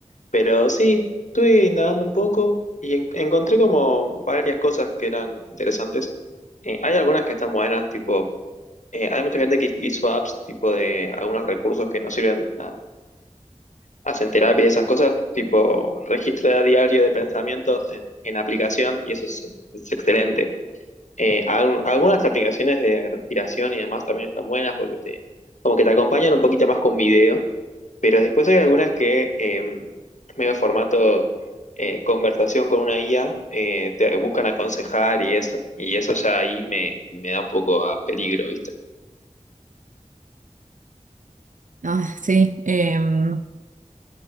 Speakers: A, on the left; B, on the right.
A: Pero sí, estuve indagando un poco y en- encontré como varias cosas que eran interesantes. Eh, hay algunas que están buenas, tipo, eh, hay mucha gente que hizo apps tipo de algunos recursos que no sirven, hacen terapia y esas cosas, tipo registro de diario de pensamientos en, en aplicación, y eso es, es excelente. Eh, al- algunas aplicaciones de respiración y demás también están buenas porque te, como que te acompañan un poquito más con video, pero después hay algunas que eh, medio formato eh, conversación con una IA eh, te buscan aconsejar y eso, y eso ya ahí me, me da un poco a peligro, ¿viste?
B: Ah, sí. em,